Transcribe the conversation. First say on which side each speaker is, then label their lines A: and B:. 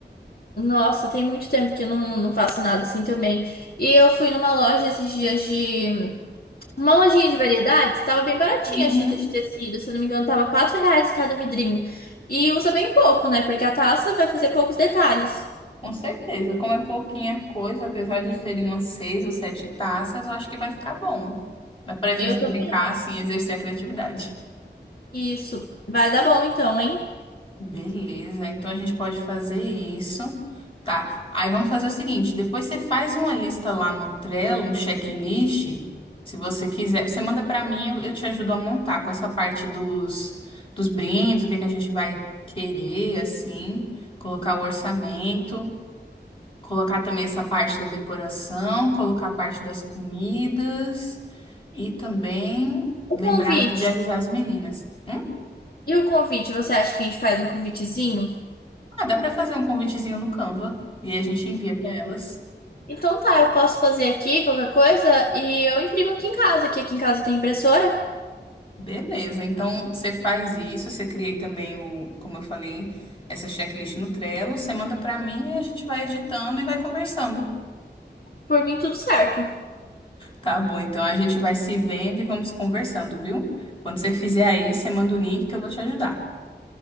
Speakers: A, on the left; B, on the left.
A: Nossa, tem muito tempo que eu não, não faço nada assim também. E eu fui numa loja esses dias de Uma lojinha de variedades, estava bem baratinha
B: Uhum,
A: a Cheetos de tecido, se eu não me engano, tava 4 reais cada vidrinho. E usa bem pouco, né? Porque a taça vai fazer poucos detalhes.
B: com certeza. Como é pouquinha coisa, apesar de serem umas seis ou sete taças, eu acho que vai ficar bom. Dá pra gente
A: Eu também
B: brincar,
A: acho.
B: assim, exercer a criatividade.
A: Isso. Vai dar bom então, hein?
B: Beleza, então a gente pode fazer isso, tá? Aí vamos fazer o seguinte: depois você faz uma lista lá no Trello, um checklist, se você quiser. Você manda pra mim, eu eu te ajudo a montar com essa parte dos, dos brindes, o que é que a gente vai querer, assim, colocar o orçamento, colocar também essa parte da decoração, colocar a parte das comidas e também
A: O
B: lembrar
A: convite.
B: de avisar as meninas. Hum?
A: E o convite, você acha que a gente faz um convitezinho?
B: Ah, dá pra fazer um convitezinho no Canva e a gente envia pra elas.
A: Então tá, eu posso fazer aqui qualquer coisa e eu imprimo aqui em casa, que aqui em casa tem impressora.
B: Beleza, então você faz isso, você cria também o, como eu falei, essa checklist no Trello, você manda pra mim e a gente vai editando e vai conversando.
A: Por mim, tudo certo.
B: Tá bom, então a gente vai se vendo e vamos conversando, viu? Quando você fizer aí, você manda o link que eu vou te ajudar.